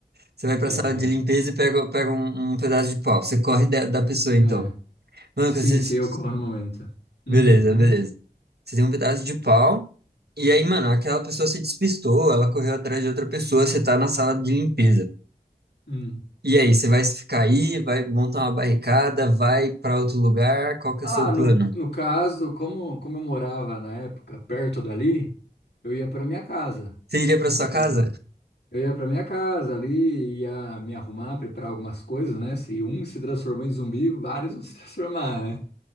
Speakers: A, on the right; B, on the left.
A: Você vai pra
B: é,
A: sala de limpeza e pega, pega um, um pedaço de pau. Você corre da, da pessoa, então.
B: é.
A: Mano,
B: Sim,
A: quando vocês...
B: sim, ocorreu no momento. Uhum,
A: Beleza, beleza. Você tem um pedaço de pau, e aí, mano, aquela pessoa se despistou, ela correu atrás de outra pessoa, você tá na sala de limpeza.
B: uhum.
A: E aí, você vai ficar aí, vai montar uma barricada, vai pra outro lugar, qual que
B: Ah,
A: é o seu
B: no,
A: plano?
B: no caso, como, como eu morava na época perto dali, eu ia para minha casa,
A: Você iria pra sua
B: simplesmente.
A: casa?
B: Eu ia para minha casa ali, ia me arrumar, preparar algumas coisas, né? Se um se transformou em zumbi, vários vão se <laughs> transformar, né?